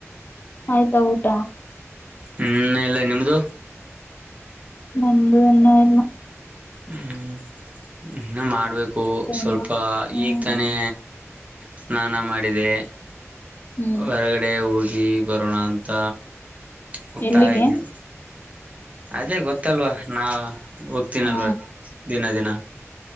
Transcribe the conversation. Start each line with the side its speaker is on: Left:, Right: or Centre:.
Left: ಆಯ್ತಾ ಊಟ
Right: ಹ್ಮ್ ಇನ್ನ ಇಲ್ಲ ನಿಮ್ದು
Left: ನಂದು ಇನ್ನ ಇಲ್ಲ
Right: ಹ್ಮ್ ಹ್ಮ ಇನ್ನ ಮಾಡ್ಬೇಕು ಸ್ವಲ್ಪ
Left: ಇನ್ನ ಹ್ಮ
Right: ಈಗ ತಾನೇ ಸ್ನಾನ ಮಾಡಿದೆ
Left: ಹ್ಮ್
Right: ಹೊರಗಡೆ ಹೋಗ್ ಗಿ ಬರೋಣ ಅಂತ ಹೋಗ್ತಾ
Left: ಎಲ್ಲಿಗೆ
Right: ಇದ್ದೀನಿ ಅದೇ ಗೊತ್ ತ್ತಲ್ವಾ ನಾ ಹೋಗ್ತೀನಲ್ವಾ
Left: ಹಾ
Right: ದಿನ ದಿನ